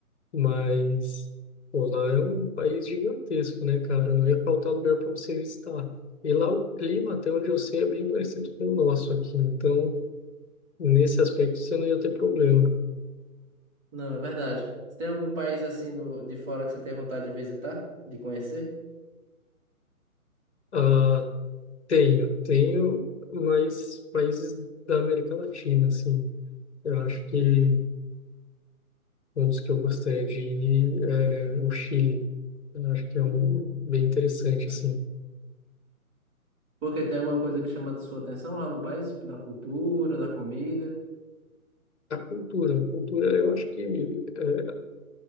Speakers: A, on the left (about 50°); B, on the right (about 20°).
A: Mas, pô, lá é um país gigantesco, né, cara? Não ia faltar lugar para você visitar. E lá o clima, até onde eu sei, é bem parecido com o nosso aqui. Então, nesse aspecto, você não ia ter problema.
B: Não, é verdade. Você tem algum país assim no, de fora que você tem vontade de visitar, de conhecer?
A: Ah, tenho, tenho, mas países da América Latina, assim. Eu acho que um dos que eu gostaria de ir é o Chile. Eu acho que
B: Hum.
A: é um bem interessante, assim.
B: Porque tem alguma coisa que chama sua atenção lá no país? Tipo, da cultura, da comida?
A: A cultura, a cultura, eu acho que é,